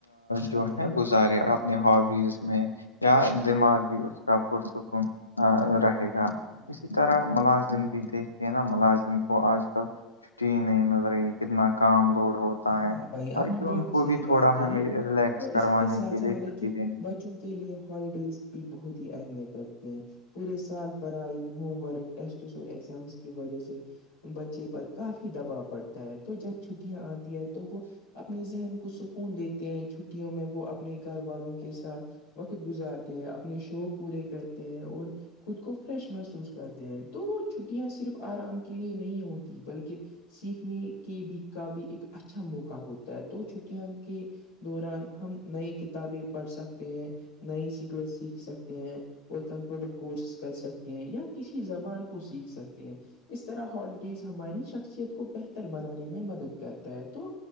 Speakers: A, on the left (about 65°); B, on the left (about 90°).
A: ہاں
B: جو
A: بھائی
B: ہے سارے اپنی ہابیز میں یا دماغ بھی اس کا پرسکون رہے گا
A: ہاں بھائی
B: اسی طرح ملازم بھی دیکھے نا ملازم کو آج کل چھٹی ہی نہیں مل رہی ہے کتنا کام لوڈ ہوتا ہے
A: ہاں بھائی
B: تاکہ
A: آپ نے بالکل
B: ان کو
A: صحیح
B: بھی
A: بات
B: تھوڑا
A: کہی
B: ہمیں ریلیکس
A: تو
B: کروانے
A: اسی کے ساتھ ساتھ
B: لیے
A: مطلب
B: چھٹی
A: کہ
B: دینی چاہیے
A: بچوں کے لیے ہالیڈیز بھی بہت ہی اہمیت رکھتے ہیں پورے سال پڑھائی ہوم ورک ٹیسٹس اور ایگزامس کی وجہ سے بچے پر کافی دباؤ پڑتا ہے تو جب چھٹیاں آتی ہے تو وہ اپنے ذہن کو سکون دیتے ہیں چھٹیوں میں وہ اپنے گھر والوں کے ساتھ وقت گزارتے ہیں اپنے شوق پورے کرتے ہیں اور خود کو فریش محسوس کرتے ہیں تو چھٹیاں صرف آرام کے لیے نہیں ہوتی بلکہ سیکھنے کی بھی کا بھی ایک اچھا موقع ہوتا ہے تو چھٹیاں کے دوران ہم نئی کتابیں پڑھ سکتے ہیں نئی شکلت سیکھ سکتے ہیں وہ کمپیوٹر کورسز کر سکتے ہیں یا کسی زبان کو سیکھ سکتے ہیں اس طرح ہالیڈیز ہماری شخصیت کو بہتر بنانے میں مدد کرتا ہے تو